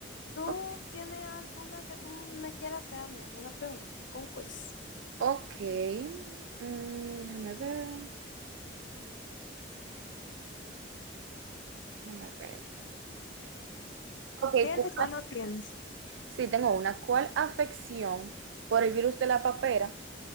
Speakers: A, on the left (about 75°); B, on the right (about 80°).
A: ¿Tú
B: O-
A: tienes alguna que tú me quieras hacer a mí? ¿Alguna pregunta? Con quiz.
B: Ok. Mm, déjame ver, déjame ver. Ok,
A: ¿Tienes
B: cu-
A: o no tienes?
B: sí, tengo una. ¿Cuál afección por el virus de la papera